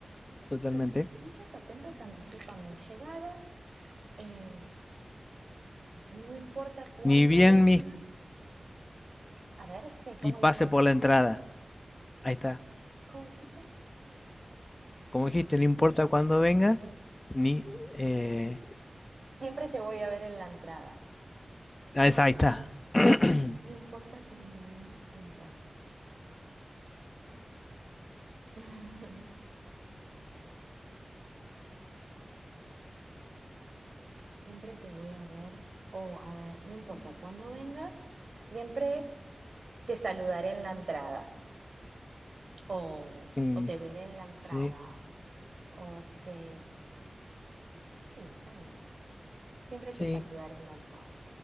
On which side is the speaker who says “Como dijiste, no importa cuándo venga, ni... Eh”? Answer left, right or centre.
Left